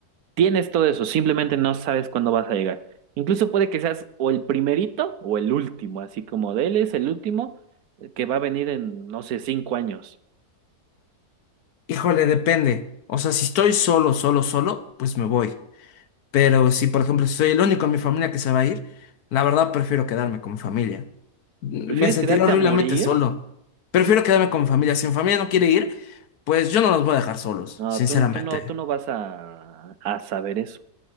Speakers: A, on the right; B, on the left.
A: Tienes todo eso, simplemente no sabes cuándo vas a llegar. Incluso puede que seas o el primerito o el último, así como de él es el último eh, que va a venir en, no sé, cinco años.
B: Híjole, depende. O sea, si estoy solo, solo, solo, pues me voy. Pero si, por ejemplo, si soy el único en mi familia que se va a ir, la verdad prefiero quedarme con mi familia. Me
A: ¿Prefieres
B: sentiré
A: quedarte
B: horriblemente
A: a morir?
B: solo. Prefiero quedarme con mi familia. Si mi familia no quiere ir, pues yo no los voy a dejar solos,
A: No,
B: sinceramente.
A: tú, tú no, tú no vas a, a saber eso.